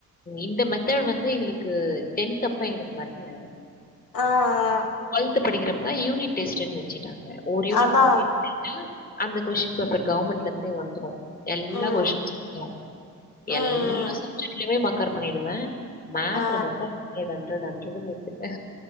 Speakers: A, on the left; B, on the left.
A: இந்த மெத்தர்ட் வந்து எங்களுக்கு டென்த் அப்ப எங்களுக்கு வரல
B: ஆ ஆ
A: டென்த் படிக்கிறப்ப யூனிட் டெஸ்ட் வெச்சுட்டாங்க ஒரு யூனிட்
B: அதா
A: கம்ளீட் பண்ணிட்டு அந்த கொஷின் பேப்பர் கவர்மெண்ட்லருந்தே வந்துரு எல்லா
B: ம்
A: கொஸின்லையு
B: ம்
A: எல்லா சப்ஜெக்ட்லயுமே மக்கர் பண்ணிடுவே மேத்ல
B: ஆ
A: மட்டு ஹண்ட்ரட் ஹண்ட்ரட் அண்ட் எத்துட்டே